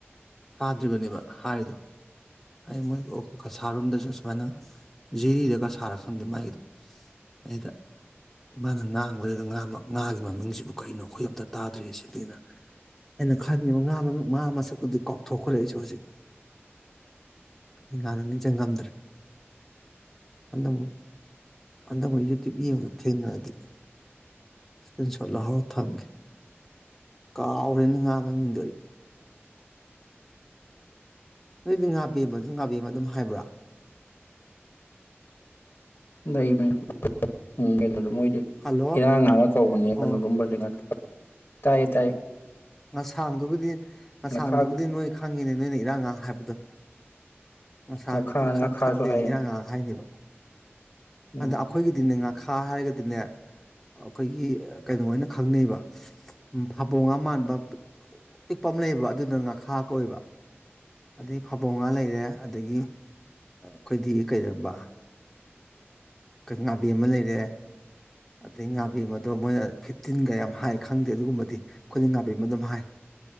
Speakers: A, in the centre; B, on the left.
A: ꯇꯥꯗ꯭ꯔꯤꯕꯅꯦꯕ ꯍꯥꯏꯗꯣ ꯑꯩ ꯃꯣꯏ ꯑꯣꯛ ꯀꯁꯥꯔꯔꯣꯝꯗꯁꯨ ꯁꯨꯃꯥꯏꯅ ꯖꯤꯔꯤꯔ ꯀꯁꯥꯔꯔ ꯈꯪꯗꯦ ꯃꯥꯒꯤꯗꯣ ꯑꯩꯗ ꯃꯥꯅ ꯉꯥꯡꯕꯗꯨꯗ ꯉꯥꯃ ꯉꯥꯒꯤ ꯃꯃꯤꯡꯁꯤꯕꯨ ꯀꯩꯅꯣ ꯑꯩꯈꯣꯏ ꯑꯝꯇ ꯇꯥꯗ꯭ꯔꯤꯌꯦ ꯁꯤꯗꯤꯅ ꯑꯩꯅ ꯈꯟꯈꯤꯕ ꯉꯥ ꯃꯃꯤꯡ ꯉꯥ ꯃꯁꯛꯇꯨꯗꯤ ꯀꯥꯎꯊꯣꯛꯈ꯭ꯔꯦ ꯑꯩꯁꯨ ꯍꯖꯤꯛ ꯀꯔꯤ ꯉꯥꯅꯣ ꯅꯤꯡꯁꯪ ꯉꯝꯗ꯭ꯔꯦ ꯍꯟꯗꯛꯃꯨꯛ ꯍꯟꯗꯛ ꯑꯃꯨꯛ ꯌꯨꯇ꯭ꯌꯨꯕ ꯌꯦꯡꯕꯗ ꯊꯦꯡꯅꯔꯗꯤ ꯁꯀ꯭ꯔꯤꯟ ꯁꯣꯠ ꯂꯧꯍꯧꯔ ꯊꯝꯒꯦ ꯀꯥꯎꯔꯦꯅꯦ ꯉꯥ ꯃꯃꯤꯡꯗꯣ ꯑꯩ ꯅꯣꯏꯗꯤ ꯉꯥ ꯄꯦꯝꯃꯥꯖꯨ ꯉꯥꯕꯦꯝꯃ ꯑꯗꯨꯝ ꯍꯥꯏꯕ꯭ꯔ
B: ꯂꯩ ꯚꯥꯢ ꯎꯝ ꯀꯣ ꯃꯣꯏꯗꯤ
A: ꯍꯜꯂꯣ
B: ꯏꯔꯥꯡ ꯉꯥꯒ ꯀꯧꯕꯅꯦ ꯀꯩꯅꯣꯒꯨꯝꯕꯁꯦ
A: ꯑꯣ
B: ꯉ ꯇꯥꯏꯌꯦ ꯇꯥꯏꯌꯦ
A: ꯉꯁꯥꯡꯗꯨꯕꯨꯗꯤ ꯉꯁꯥꯡꯗꯨꯕꯨꯗꯤ
B: ꯉꯈꯥ
A: ꯅꯣꯏ ꯈꯪꯉꯤꯅꯦ ꯅꯣꯏꯅ ꯏꯔꯥꯡ ꯉꯥ ꯍꯥꯏꯕꯗꯣ ꯉꯁꯥꯡꯖꯤꯗꯤ
B: ꯉꯈꯥ ꯉꯈꯥꯁꯨ
A: ꯈꯔ ꯈꯠꯂꯦꯅ
B: ꯍꯥꯏꯌꯦ
A: ꯏꯔꯥꯡ ꯉꯥ ꯍꯥꯏꯅꯦꯕ
B: ꯎꯝ
A: ꯑꯗ ꯑꯈꯣꯏꯒꯤꯗꯤꯅꯦ ꯉꯥ ꯈꯥ ꯍꯥꯏꯔꯒꯗꯤꯅꯦ ꯑꯈꯣꯏꯒꯤ ꯀꯩꯅꯣ ꯑꯣꯏꯅ ꯈꯪꯅꯩꯕ ꯎꯝ ꯐꯥꯕꯣꯡꯉꯥ ꯃꯥꯟꯕ ꯄꯤꯛꯇ꯭ꯔꯨ ꯄꯤꯛꯄ ꯑꯃ ꯂꯩꯕ ꯑꯗꯨꯅ ꯉꯥꯈꯥ ꯀꯧꯌꯦꯕ ꯑꯗꯩ ꯐꯥꯕꯣꯡꯉꯥ ꯂꯩꯔꯦ ꯑꯗꯒꯤ ꯈꯣꯏꯗꯤ ꯀꯩꯔꯕ ꯉꯥꯕꯦꯝꯃ ꯂꯩꯔꯦ ꯑꯗꯩ ꯉꯥꯕꯦꯝꯃ ꯗꯣ ꯃꯣꯏꯅ ꯇꯤꯟꯒ ꯌꯥꯝ ꯍꯥꯏ ꯈꯪꯗꯦ ꯑꯗꯨꯒꯨꯝꯕꯗꯤ ꯈꯨꯗꯤ ꯉꯥꯕꯦꯝꯃ ꯑꯗꯨꯝ ꯍꯥꯏ